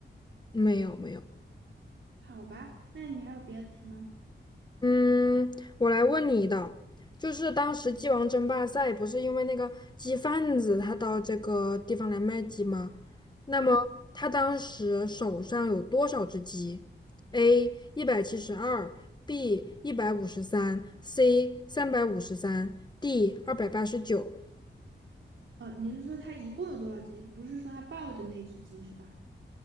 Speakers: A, on the left (about 20°); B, on the right (about 80°).
A: 没有没有。
B: 好吧，那你还有别的题吗？
A: 嗯，我来问你的，就是当时鸡王争霸赛不是因为那个鸡贩子他到这个地方来卖鸡吗？那么他当时手上有多少只鸡？A
B: 嗯，
A: 一百七十二，B 一百五十三，C 三百五十三，D 二百八十九。
B: 哦，你是说他一共有多少只鸡？不是说他抱的那只鸡是吧？